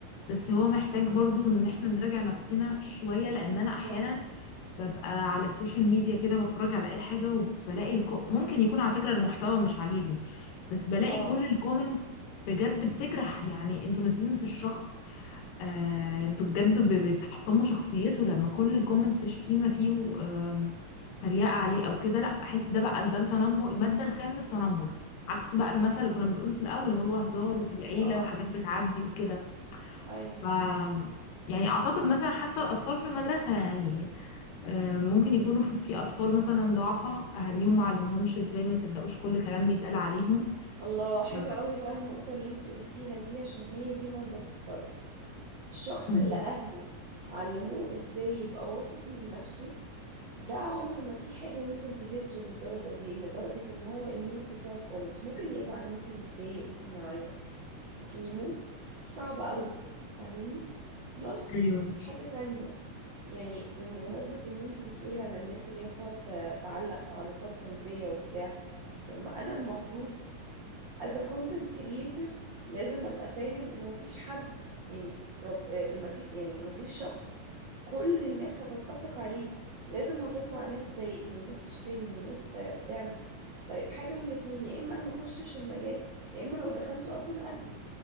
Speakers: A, on the left (about 90°); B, on the right (about 65°).
A: بس هو محتاج برضو ان احنا نراجع نفسنا شويه لان
B: بالظبط
A: انا احيانا ببقى على السوشيال ميديا كده بتفرج على اي حاجه وبلاقي الكو... ممكن يكون على فكره المحتوى مش عاجبني بس بلاقي
B: اه
A: كل الكومنتس بجد بتجرح يعني انتوا نازلين في الشخص آه، انتوا بجد ب- بتحطموا شخصيته لما كل الكومنتس شتيمة فيه و آم، تريقة عليه او كده لا بحس ده بقى ده التنمر المادة الخام للتنمر عكس بقى المثل اللي كنا بنقوله في الاول اللي هو هزار وفي العيلة
B: اه
A: وحاجات بتعدي وكده
B: ايوه
A: ف يعني اعتقد مثلا حتى الاطفال في المدرسة يعني آه، ممكن يكونوا في في اطفال مثلا ضعفاء اهاليهم ما علمهمش ازاي ما يصدقوش كل كلام بيتقال عليهم
B: الله
A: ف-
B: حلو قوي بقى النقطة اللي انتي قلتيها دي عشان هي دي مربط الفرس الشخص
A: مم.
B: اللي أهله علموه ازاي يبقى واثق من نفسه ده عمر ما في حاجة ممكن تهزه للدرجة دي لدرجة ان هو يموت بسبب كومنتس ممكن يزعل ممكن يتضايق ممكن يعيط لكن يموت صعب قوي فاهماني بلس
A: ايوه
B: حاجة تانية يعني بمناسبة ان انتي بتقولي على الناس اللي هي بتقعد ت- تعلق تعليقات سلبية وبتاع طب ما انا المفروض as a content creator لازم ابقى فاهم ان مفيش حد يعني رب ما في يعني مفيش شخص كل الناس هتتفق عليه لازم هتطلع ناس تضايقني وناس تشتمني وناس ت- تعمل طيب حاجة من الاتنين يا اما انا ما اخشش المجال يا اما لو دخلته اكون قده